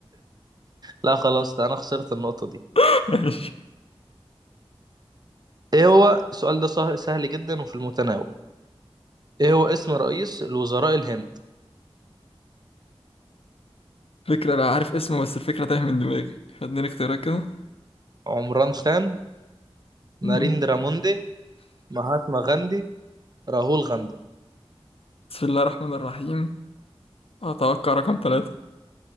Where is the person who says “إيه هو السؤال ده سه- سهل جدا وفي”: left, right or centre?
Right